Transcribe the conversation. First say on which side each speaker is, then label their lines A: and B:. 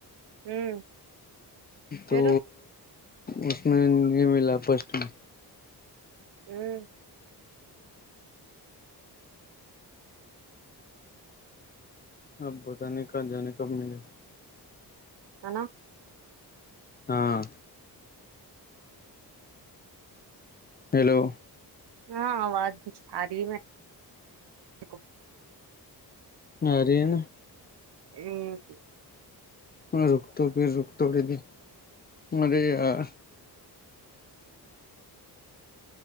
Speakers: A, on the right; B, on the left.
A: ہوں <unintelligible>
B: تو
A: پھر
B: اس میں نہیں ملا فسٹ میں
A: ہوں <unintelligible>
B: اپ بتاے کہاں جانے کب ملے
A: ہے نا <unintelligible>
B: ہاں ہیلو
A: ہاں آواز اری ہے کو
B: اری <unintelligible>
A: ا <unintelligible>
B: رک تو پھر رک تو <unintelligible>